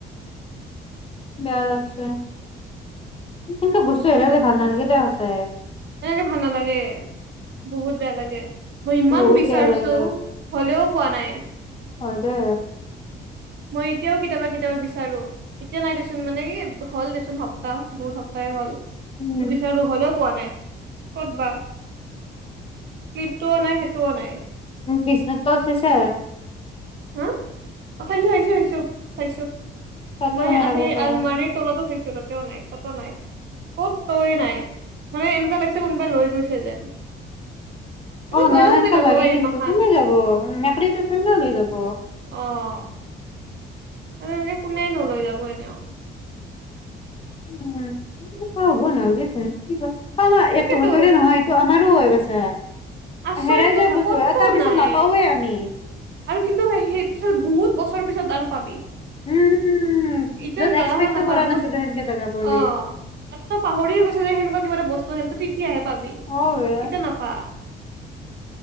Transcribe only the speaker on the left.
বেয়া আছে তেন্ত বুস্ত হে লগ ভাল নালকিতে আছে
বহুত
বেয়া লাগে
অদে
উম
বিিজনেছটো আছেছে
তাতে
সোমাই
থাকিব পাৰে
ন
অ
না
এনো
লাগে
কিন্তু
কোনে যাব মেী চ ন লৈ যাব
উম কব নালগে চিবা অমাৰ
এই তহতৰে নহয় এইটো আমাৰ হৈ মছে
হেৰাাই
যায় বুজ্ত
ব তাৰ পিছত
নাপাৱওৱে আমি
উম
য'ত এক্সপেক্টটো
কৰা
নাছিলো সেনকে জেগা পৰিবি
অ বে